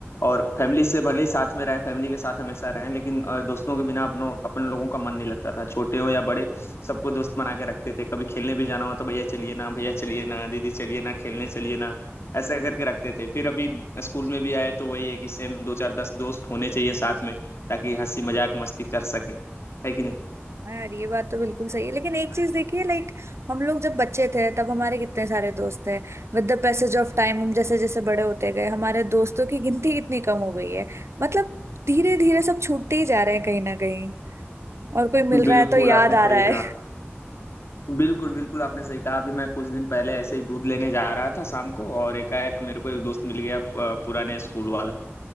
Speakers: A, on the left; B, on the right.
A: और फैमिली से भले ही साथ में रहें फैमिली के साथ हमेशा रहें लेकिन अ, दोस्तों के बिना अपनों अपन लोगों का मन नहीं लगता था छोटे हो या बड़े सबको दोस्त बना के रखते थे कभी खेलने भी जाना हो तो भैया चलिए ना भैया चलिए ना दीदी चलिए ना खेलने चलिए ना ऐसा करके रखते थे फिर अभी स्कूल में भी आए तो वही है कि सेम दो चार दस दोस्त होने चाहिए साथ में ताकि हंसी मजाक मस्ती कर सके है कि नहीं
B: हाँ यार ये बात तो बिल्कुल सही है लेकिन एक चीज देखिए लाइक हम लोग जब बच्चे थे तब हमारे कितने सारे दोस्त थे With the passage of time हम जैसे जैसे बड़े होते गए हमारे दोस्तों की गिनती कितनी कम हो गई है मतलब धीरे धीरे सब छूटते ही जा रहे हैं कहीं ना कहीं और कोई मिल रहा
A: बिल्कुल
B: है तो याद
A: आपने
B: आ
A: सही
B: रहा है
A: बिल्कुल बिल्कुल आपने सही कहा अभी मैं कुछ दिन पहले ऐसे ही दूध लेने जा रहा था शाम को और एकाएक मेरे को एक दोस्त मिल गया प- पुराने स्कूल वाला